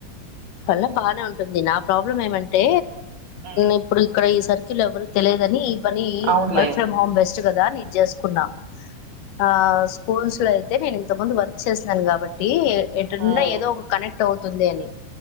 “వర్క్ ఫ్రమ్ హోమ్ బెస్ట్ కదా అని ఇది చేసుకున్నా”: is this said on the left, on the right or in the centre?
Left